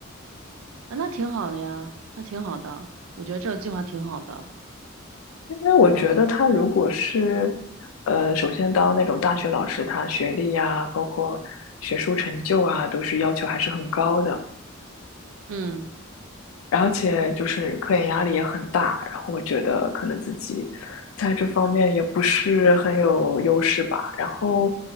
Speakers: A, on the right; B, on the left.
A: 啊，那挺好的呀，那挺好的，我觉得这个计划挺好的。
B: 因为我觉得他如果是，
A: 嗯
B: 呃，首先当那种大学老师，他学历呀，包括学术成就啊，都是要求还是很高的。
A: 嗯，
B: 而且就是科研压力也很大，然后我觉得可能自己在这方面也不是很有优势吧。然后，